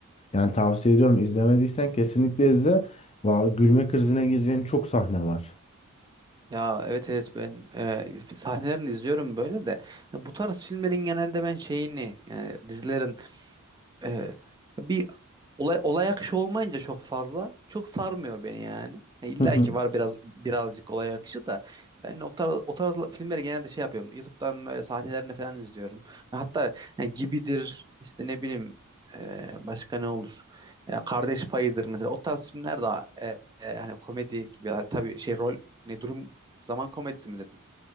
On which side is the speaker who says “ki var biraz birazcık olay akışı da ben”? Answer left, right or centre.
Right